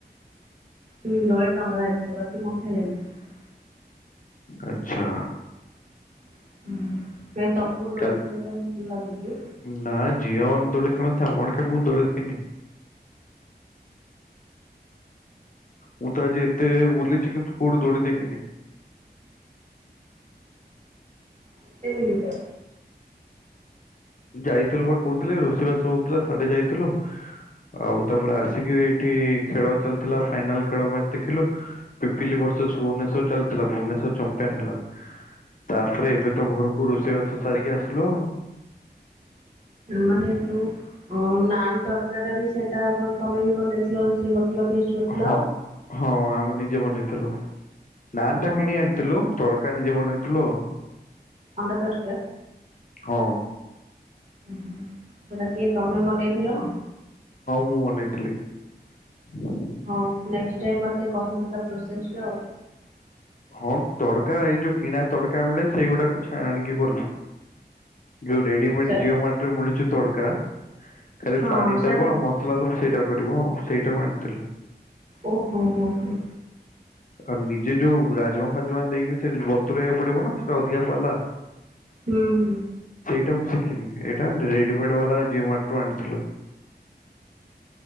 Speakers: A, on the right; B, on the left.
A: ହୁଁ ଦଳେ ଟଙ୍ଗା ହେଇଥିଲା ବାକି ମୁଁ ଖେଳେ ନି ।
B: ଆଚ୍ଛା।
A: ହୁଁ। କାଇଁ ତମକୁ ଦୋଳି
B: କଲି
A: ଖେଳିବା ପାଇଁ ଭଲ ଲାଗେ କି?
B: ନା ଝିଅ ମାନେ ଦୋଳି ଖେଳନ୍ତି। ଆମର ଆଡେ ମୁଁ ଦୋଳି ଦେଖିନି। ମୁଁ ତ ଆଜି ଏତେ ବୁଲିଛି କିୁ କୋଉଠି ଦୋଳି ଦେଖିନି।
A: କେତେ ବୁଲିଚ?
B: ଯାଇଥିଲୁ ବା କହୁଥିଲି ରୋଷେଇ ବାସ ହଉଥିଲା ସାଢେ ଯାଇଥିଲୁ। ଆଉ ତାପରେ ଆସିକି ଏଇଠି ଖେଳ ଚାଲିଥିଲା ଫାଇନାଲେଳଚ ଦେଖିଲୁିିଲି ବର୍ଷ ଭୁବନେଶ୍ର ଚାଲିଥିଲା ଭୁବନେଶ୍ଵରମ୍ପିନ ହେଲା ତାପରେ ଏବେ ତ ଘରକୁ ରୋଷେଇ ବାସ ସାରିକି ଆସିଲୁ ଆଉ।
A: ମାନେ ଯୋଉ ଅ ନାନ୍ ତରକାର ଟା ବି ସେଇଟା ତମେ ବି ବନେଇଥିଲ ରୋଷେଇ କରିଥିଲ ଫିଷ୍ଟି କରିଥିଲ।
B: ହଁ ହଁ ଆମେ ନିଜେ ବନେଇଥିଲୁ। ନାନ
A: ହଁ
B: ଟା କିଣିଆଣିଥିଲୁ। ତଡକା ନିଜେ ବନେଇଥିଲୁଆଉ।
A: ଅଣ୍ଡା ତରକା?
B: ହଁ।
A: ଓ ହୁ ସେଟା କିଏ ତମେ ବନେଇଥିଲ ନା?
B: ମୁଁ ବନେଇଥିଲି ହଁ।
A: ହଉ ନେଷ୍ଟ୍ ଟାଇମ୍ ମତେ କହିବ ତା ପ୍ରୋସେସ ଟା ଆଉ।
B: ହଁ ତଡକା ଏଇ ଯୋଉ କିଣା ତଡକା ମିଳେ ସେଇଗୁଡାକୁ ଛ ଆଣିକି କଲୁ। ଯଉ ରେଡିମେଡ୍
A: କେ
B: ଜିଓ ମଟରେ ମିଳୁଚି। ତଡ଼କା ଖାଲି
A: ହଁ
B: ପାଣି
A: ସେଟା
B: ଦବ ଆଉ ମସଲା ଦବ ସେଇଟା କରିବ ଆଉ ସେଇଟା କୁ ଆଣିଥିଲୁ।
A: ଓ ହୋ ହୋ ହୋ।
B: ଆଉ ନିଜେ ଯୋଉ ରାଜାମା ଖାଜୁମା ଦେଇକି ସେ ବତୁରଇକୁ ପଡିବ ନା ସେଇଟା ଅଧିକା ପାଲା।
A: ହୁଁ ହୁଁ।
B: ଏଇଟା ମୁଁ ଶିଖିନି ଏଇଟା ରେଡିମେଡ ବାଲା ଜମଟୁ ଆଣିଥିଲୁ।